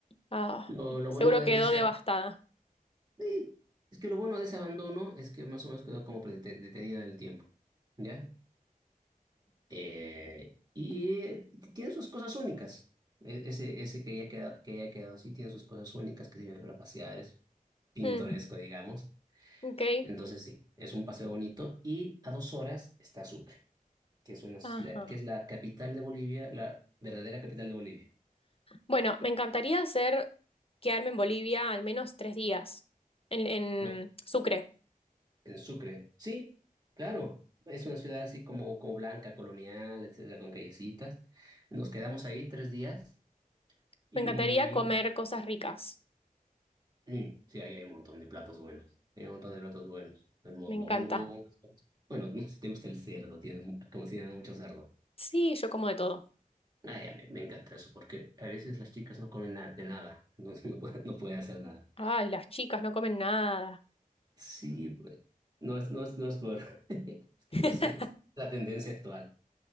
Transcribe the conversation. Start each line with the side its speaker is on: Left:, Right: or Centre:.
Left: Ah,
Right: Lo, lo
Left: seguro
Right: bueno de
Left: quedó
Right: de ese...
Left: devastada.
Right: Sí, es que lo bueno de ese abandono es que más o menos quedó como prete- detenida en el tiempo, ¿ya? Eh, y eh, tiene sus cosas únicas. E- Ese, ese que ya queda, que haya quedado así tiene sus cosas únicas que sirven para pasear, es pintoresco,
Left: Mm,
Right: digamos.
Left: ok.
Right: Entonces sí, es un paseo bonito y a dos horas está Sucre, que es una, isla-
Left: Ajá.
Right: que es la capital de Bolivia, la verdadera capital de Bolivia.
Left: Bueno, me encantaría hacer quedarme en Bolivia al menos tres días, en, en
Right: No,
Left: Sucre.
Right: En Sucre. Sí, claro. Es una ciudad así como, como blanca, colonial, etcétera, con callecitas. Nos quedamos ahí tres días y
Left: Me encantaría comer cosas ricas.
Right: mm, sí, ahí hay un montón de platos buenos. Hay un montón de platos buenos. El mondongo,
Left: Me encanta.
Right: unas cosas. Bueno, no sé si te gusta el cerdo, tiene, mu- como si tienen mucho cerdo.
Left: Sí, yo como de todo.
Right: Ah, ya, me, me encanta eso, porque a veces las chicas no comen nada de nada, <laughs> entonces no puede, no puede hacer nada.
Left: Ay, las chicas no comen nada.
Right: Sí, pues, no es, no es, no es por... <laughs> Es que
Left: <laughs>
Right: no sé, es la tendencia actual.